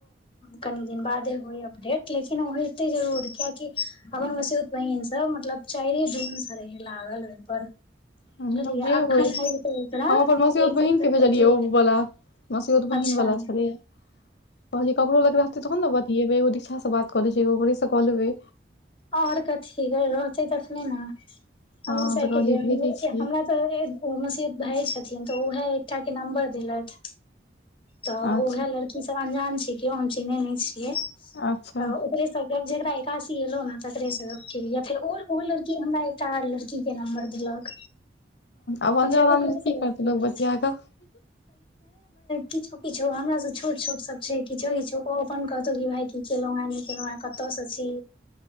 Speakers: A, on the left (about 30°); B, on the left (about 70°).
A: कनि दिन बादे हो अपडेट लेकिन होेते जरूर कियकि त बहिन से मतलब चार दिनसँ स रहय लागल ओहि पर
B: बजेबय
A: बुझलियै अखन आबि कऽ ओकरा
B: हम अपन मसियोत
A: एक
B: बहिन
A: सप्ताह
B: केँ भेजलियै
A: पहिले आबि
B: ओ
A: कऽ
B: त मसियोत बहिन
A: अच्छा
B: बला छलिए कहलिए ककरो ल रहतय तभो न बतेबय अच्छासँ बात करेैत छै ओकरेसँ कऽ लेबय
A: ओर कथि है रहतै तखने ने
B: हँ
A: हमोसाेलिए
B: तऽ कहलियै भेजै छियै
A: हमरा तऽ मसीद भाय छथिन त उहए एकटा केँ नम्बर देलक त
B: अच्छा
A: उहए लड़कि सब अंजान हम चिनेने छियै तऽ
B: अच्छा
A: ओकरे सब जेकरा एकासी एलौ ने सकरे सके या फेर ओ लड़की हमरा एकटा लड़की केँ नम्बर देलक
B: आब
A: तऽ
B: अनजान
A: फेर ओकरा
B: आदमी
A: से
B: की
A: बात
B: करतै
A: करलिये
B: लोक बतिया कऽ
A: किछो किछो हमरा सब छोट छोट सब छैक किछो किछो ओ अपन कहतहु कि भायी केलहुॅ हई नहि केलहु कतयसँ छी